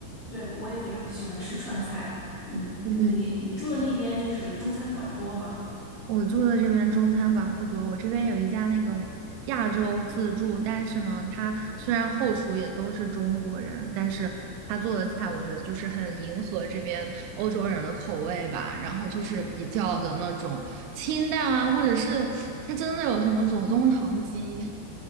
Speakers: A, on the left (about 50°); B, on the right (about 85°).
A: 对，我我也非常喜欢吃川菜。嗯，
B: <laughs>
A: 你你住的那边就是中餐馆多吗？
B: 我住的这边中餐馆不多，我这边有一家那个亚洲自助，但是呢，它虽然后厨也都是中国人，但是他做的菜我觉得就是很迎合这边欧洲人的口味吧，然后就是比较的那种清淡啊，或者是它真的有什么左宗棠鸡，